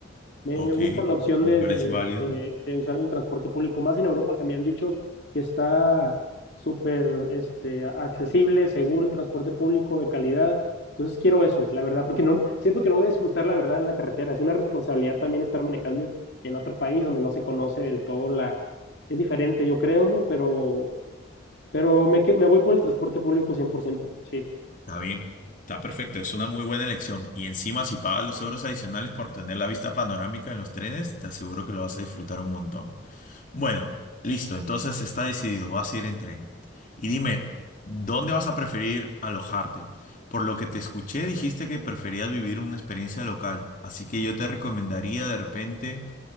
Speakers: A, on the left; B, on the left.
A: Me,
B: Ok,
A: me gusta la opción
B: me
A: de,
B: parece
A: de-
B: válido.
A: de- de usar el transporte público, más en Europa que me han dicho que está súper este, accesible, seguro el transporte público, de calidad. Entonces quiero eso, la verdad, porque no, siento que no voy a disfrutar la verdad en la carretera. Es una responsabilidad también estar manejando en otro país donde no se conoce del todo la... Es diferente, yo creo, ¿no? Pero, pero me, que- me voy por el transporte público 100% sí.
B: Está bien, está perfecto, es una muy buena elección. Y encima, si pagas los euros adicionales por tener la vista panorámica en los trenes, te aseguro que lo vas a disfrutar un montón. Bueno, listo, entonces está decidido, vas a ir en tren. Y dime, ¿dónde vas a preferir alojarte? Por lo que te escuché, dijiste que preferías vivir una experiencia local, así que yo te recomendaría de repente